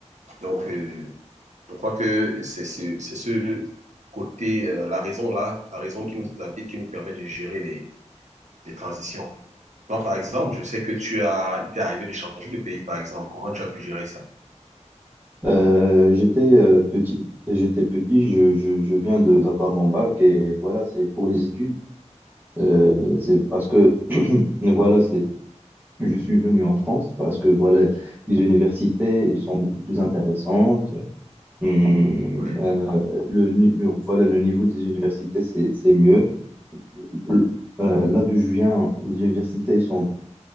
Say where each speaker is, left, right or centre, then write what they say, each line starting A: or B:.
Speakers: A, on the right (about 75°); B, on the right (about 15°).
A: Donc, euh, je crois que c'est ce côté, euh, la raison là, la raison qui nous habite, qui nous permet de gérer les, les transitions. Toi, par exemple, je sais que tu as, il t'est arrivé de changer de pays, par exemple. Comment tu as pu gérer ça?
B: Euh, j'étais euh, petit, j'étais petit, je, je, je viens de d'avoir mon bac et voilà, c'est pour les études. Euh,
A: Oui,
B: c'est parce que <clears throat> voilà, c'est Je suis venu en France parce que voilà, les universités, elles sont beaucoup plus intéressantes. Hum,
A: oui.
B: euh, le, ni- le- voilà, le niveau des universités, c'est, c'est mieux. Le- euh, là d'où je viens, les universités elles sont,